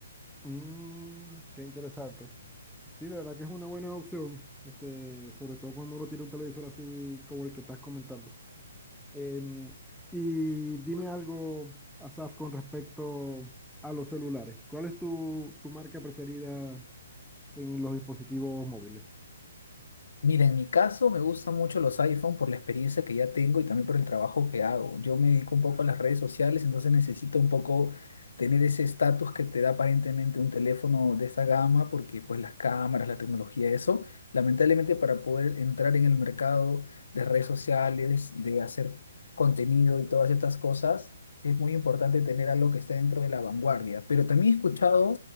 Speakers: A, in the centre; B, on the left (about 80°).
A: Mm, qué interesante. Sí, de verdad que es una buena opción, este, sobre todo cuando uno tiene un televisor así como el que estás comentando. Em, y dime algo, Asaf, con respecto a los celulares. ¿Cuál es tu, tu marca preferida en los dispositivos móviles?
B: Mira, en mi caso me gustan mucho los iPhone por la experiencia que ya tengo y también por el trabajo que hago. Yo me dedico un poco a las redes sociales, entonces necesito un poco tener ese estatus que te da aparentemente un teléfono de esta gama, porque pues las cámaras, la tecnología, eso, lamentablemente para poder entrar en el mercado de redes sociales, de hacer contenido y todas estas cosas, es muy importante tener algo que esté dentro de la vanguardia. Pero también he escuchado